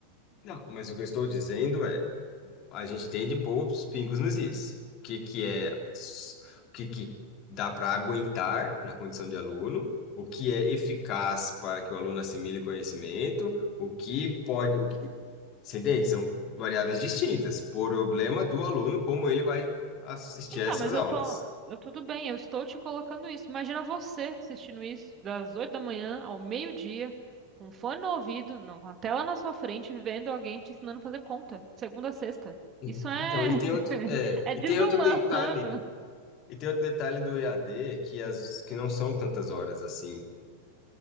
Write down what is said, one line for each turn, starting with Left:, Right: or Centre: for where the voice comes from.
Left: Não, mas o que eu estou dizendo é, a gente tem de pôr os pingos nos is. O que que é, s- o que que dá para aguentar na condição de aluno, o que é eficaz para que o aluno assimile conhecimento, o que pode, o que, Você entende? São variáveis distintas. Problema do aluno, como ele vai assistir
Right: Então,
Left: a essas
Right: mas
Left: aulas.
Right: eu tô, eu tudo bem, eu estou te colocando isso. Imagina você assistindo isso das 8 da manhã ao meio-dia, com um fone no ouvido, não, com a tela na sua frente, vendo alguém te ensinando a fazer conta, segunda a sexta.
Left: E-
Right: Isso é
Left: Então, e tem outro,
Right: <laughs>
Left: é,
Right: é
Left: e
Right: desumano,
Left: tem outro detalhe, e tem outro detalhe do EAD que as que não são tantas horas assim.